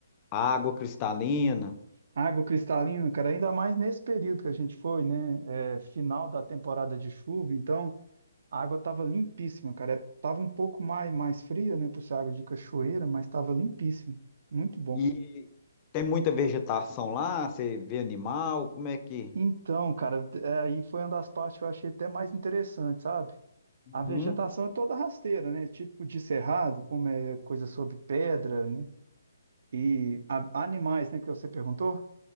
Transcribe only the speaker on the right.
Água cristalina, cara, ainda mais nesse período que a gente foi, né? É, final da temporada de chuva, então a água tava limpíssima, cara. É, tava um pouco mais, mais fria, né? Por ser água de cachoeira, mas tava limpíssima. Muito bom.
Então, cara, é, aí foi uma das partes que eu achei até mais interessante, sabe?
A vegetação é toda rasteira, né? Tipo de cerrado, como é coisa sobre pedra, né? E a- animais, né, que você perguntou?